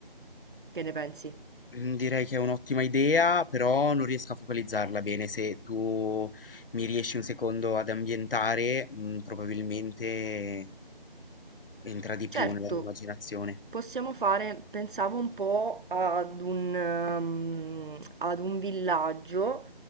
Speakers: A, on the right (about 60°); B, on the left (about 70°).
A: Che ne pensi?
B: Mm, Direi che è un'ottima idea, però non riesco a focalizzarla bene. Se tu mi riesci un secondo ad ambientare, mm, probabilmente entra di più
A: Certo,
B: nella mia immaginazione.
A: possiamo fare, pensavo un po' ad un, ehm, ad un villaggio,